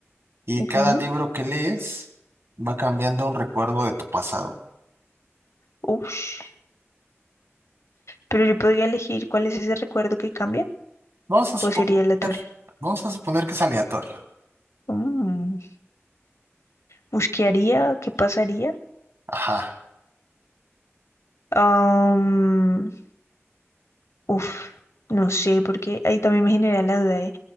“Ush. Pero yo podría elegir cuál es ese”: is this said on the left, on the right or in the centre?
Left